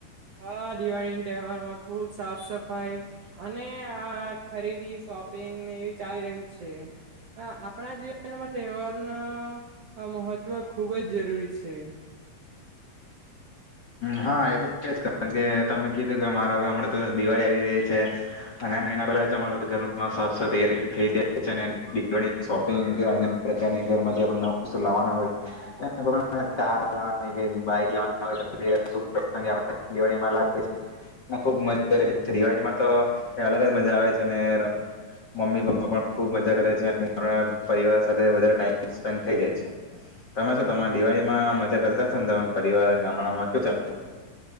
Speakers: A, on the right; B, on the left.
A: હઅ, દિવાળીન તહેવારમાં ખુબ સાફ-સફાઈ - અને આ ખરીદી શોપિંગને એવી ચાલી રહી છે. હઅ, આપડા જીવનમાં તહેવાર ના મહત્વ ખુબ જ જરૂરી છે.
B: હા, એ તો છે જ કે જે તમે કીધું કે માર હવે હમણા તો દિવાળી આવી રહી છે અનેમ એના પહેલા જ અમારે તો ઘરમાં સાફ સ તૈયારી થઈ જાય છે ને દીવાળી શોપિંગ કે અન્ય પ્રકારની ઘરમાં જે આપડે નવ વસ્તુ લાવાના હોય એના પ્રમાણે કાર લાવાની કઈક બાઈક લાવાના હોય <unintelligible> શુભ પ્રસંગ આપડે દિવાળીમાં લાવીએ છે. અને ખુબ મજા કરીએ. દિવાળીમાં તો કઈ અલગ જ મજા આવે છે અને મમ્મી-પપ્પા પણ ખુબ મજા કરે છે, અને પરિવાર સાથે વધારે ટાઈમ સ્પેન્ડ થઈ જાય છે. તમે શું તમાર દિવાળીમાં મજા કરતા હશોન, તમાર પરિવાર ગામડામાં કેવું ચા